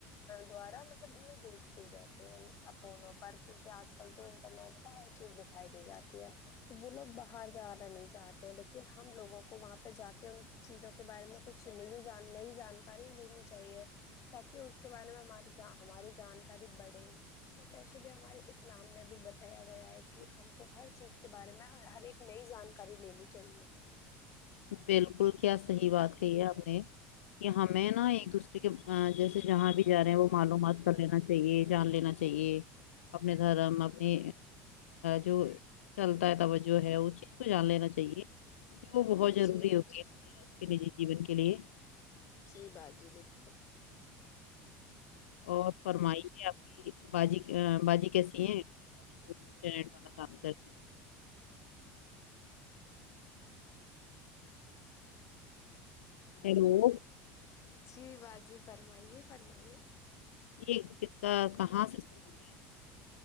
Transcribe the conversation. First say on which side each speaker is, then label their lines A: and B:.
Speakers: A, on the left (about 45°); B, on the left (about 80°).
A: دوارا مطلب انہیں دیکھتی رہے ا فونوں پر کیونکہ آج کل تو انٹرنیٹ پہ ہر چیز دکھائی دے جاتی ہے تو وہ لوگ باہر جا نہیں چاہتے ہیں لیکن ہم لوگوں کو وہاں پہ جا کے ان چیزوں کے بارے میں کچھ نہیں جان نہیں جان یاں لینی چاہیے تاکہ اس کے بارے میں ہماری جانکاری بڑھے اور ویسے بھی ہمارے اسلام میں بھی بتایا گیا ہے کہ ہم کو ہر چیز کے بارے میں ہر ایک نئی جانکاری لینی چاہیے
B: بالکل کیا صحیح بات کہی ہے آپ نے کہ ہمیں نا ایک دوسرے کے جیسے جہاں بھی جا رہے ہیں وہ معلومات کر لینا چاہیے جان لینا چاہیے اپنے دھرم اپنی جو چلتا ہے توجہ ہے اس چیز کو جان لینا چاہیے کیونکہ وہ ب ضروری
A: جی باجی
B: ہوگی آپ کے نجی <unintelligible> جیون کے لیے
A: جی باجی بالکل
B: اور فرمائیے آپ باجی ا باجی کیسی ہے انٹرنیٹ والا کام کرتی ہے ہیلو
A: جی باجی فرمائیے فرمائیے
B: یہ کس کا کہاں سے شروع ہو